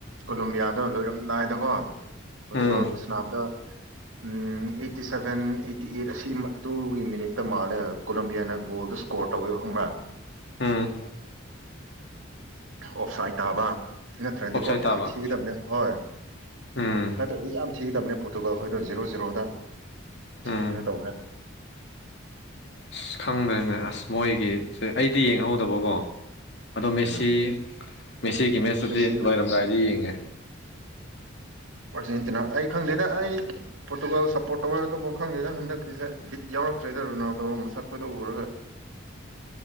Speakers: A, on the right (about 80°); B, on the left (about 60°).
A: ꯀꯣꯂꯣꯝꯕꯤꯌꯥꯗꯣ ꯂꯣꯏꯔꯝꯗꯥꯏꯗꯀꯣ ꯄ꯭ꯔꯣꯇꯨꯒꯜꯕꯨ
B: ꯎꯝ
A: ꯁꯅꯥꯕꯗ ꯎꯝ ꯑꯩꯠꯇꯤ ꯁꯚꯦꯟ ꯑꯩꯠꯇꯤ ꯑꯩꯠ ꯑꯁꯤ ꯑꯗꯨꯒꯤ ꯃꯤꯅꯤꯠꯇ ꯃꯥꯜꯂꯦ ꯀꯣꯂꯝꯕꯤꯌꯥꯅ ꯒꯣꯜꯗꯣ ꯀꯣꯔ ꯇꯧꯋꯦꯕ ꯈꯪꯕ꯭ꯔ
B: ꯎꯝ
A: ꯑꯣꯐ ꯁꯥꯏꯠ ꯇꯥꯕ ꯅꯠꯇ꯭ꯔꯗꯤꯀꯣ
B: ꯑꯣꯞꯁꯥꯏꯠ ꯇꯥꯕ
A: ꯌꯥꯝ ꯊꯤꯒꯗꯕꯅꯦ ꯍꯣꯏ
B: ꯎꯝ
A: ꯅꯠꯇ꯭ꯔꯗꯤ ꯌꯥꯝ ꯊꯤꯒꯗꯕꯅꯦ ꯄꯣꯔꯇꯨꯒꯜꯈꯣꯏꯗꯣ ꯖꯤꯔꯣ ꯖꯤꯔꯣꯗ
B: ꯎꯝ
A: ꯀꯩꯅꯣ ꯇꯧꯕꯅꯦ
B: ꯑꯁ ꯈꯪꯗ꯭ꯔꯗ ꯑꯁ ꯃꯣꯏꯒꯤꯁꯦ ꯑꯩꯗꯤ ꯌꯦꯡꯍꯧꯗꯕꯀꯣ ꯑꯗꯣ ꯃꯦꯁꯤ
A: ꯎꯝ
B: ꯃꯦꯁꯤꯒꯤ ꯃꯦꯁꯇꯨꯗꯤ
A: ꯃꯦꯁꯤ
B: ꯂꯣꯏꯔꯝꯗꯥꯏꯗꯤ ꯌꯦꯡꯉꯦ
A: ꯑꯥꯔꯖꯦꯟꯇꯤꯅ ꯑꯩ ꯈꯪꯗꯦꯗ ꯑꯩ ꯄꯣꯔꯇꯨꯒꯜ ꯁꯞꯄꯣꯔꯠ ꯇꯧꯋꯦ ꯑꯗꯨꯕꯨ ꯈꯪꯗꯦꯗ ꯍꯟꯗꯛꯀꯤꯁꯦ ꯕꯤꯠ ꯌꯥꯎꯔꯛꯇ꯭ꯔꯦꯗ ꯔꯣꯅꯥꯜꯗꯣ ꯃꯁꯛ ꯈꯣꯏꯗꯣ ꯎꯔꯒ